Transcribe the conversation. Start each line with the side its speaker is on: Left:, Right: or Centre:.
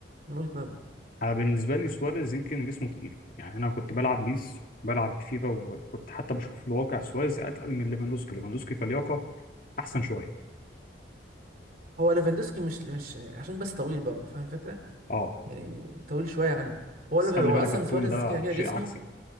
Right: من وجهة نظري
Left: أنا بالنسبة لي سواريز يمكن جسمه تقيل يعني أنا كنت بلعب بيس بلعب بفيفا وكنت حتى بشوف في الواقع سواريز أتقل من ليفاندوسكي ليفاندوسكي كلياقة احسن شويه
Right: هو ليفاندوسكي مش مش عشان بس طويل برضه فاهم الفكرة
Left: اه
Right: يعني طويل شويه عنه هو
Left: بس
Right: اللي
Left: خلي
Right: هو
Left: بالك
Right: اصلا
Left: الطول
Right: سواريز
Left: ده
Right: كده كده
Left: شيء
Right: جسمه
Left: عكسي